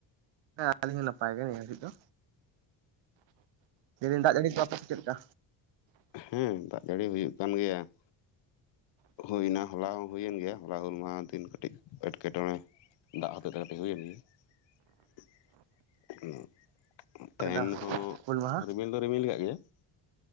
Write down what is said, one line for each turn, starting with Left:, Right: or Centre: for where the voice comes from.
Right: ᱦᱮᱸ ᱟᱹᱞᱤᱧ ᱦᱚᱸ ᱱᱟᱯᱟᱭ ᱜᱮ ᱱᱤᱭᱟᱹ ᱜᱷᱟᱲᱤᱡ ᱫᱚ ᱾ <unintelligible> ᱫᱟᱜ ᱡᱟᱹᱲᱤ ᱠᱚ ᱟᱯ ᱥᱮᱱ ᱪᱮᱫ ᱞᱮᱠᱟ?
Left: ᱦᱩᱸ ᱫᱟᱜ ᱡᱟᱹᱲᱤ ᱦᱩᱭᱩᱜ ᱠᱟᱱ ᱜᱮᱭᱟ ᱾ ᱦᱩᱭ ᱮᱱᱟ ᱦᱚᱞᱟ ᱦᱚᱸ ᱦᱩᱭᱮᱱ ᱜᱮᱭᱟ, ᱦᱚᱞᱟ ᱦᱩᱞᱢᱟᱦᱟ ᱫᱤᱱ ᱠᱟᱹᱴᱤᱡ ᱮᱸᱴᱠᱮᱴᱚᱬᱮ ᱾ ᱫᱟᱜ ᱦᱚᱛᱮᱡ ᱛᱮ ᱠᱟᱹᱴᱤᱡ ᱦᱩᱭᱮᱱ <unintelligible> ᱛᱮᱦᱮᱧ
Right: ᱠᱮᱫᱟ
Left: ᱦᱚᱸ,
Right: ᱦᱩᱞ ᱢᱟᱦᱟ
Left: ᱨᱤᱢᱤᱞ ᱫᱚ ᱨᱤᱢᱤᱞ ᱠᱟᱜ ᱜᱮᱭᱟ ᱾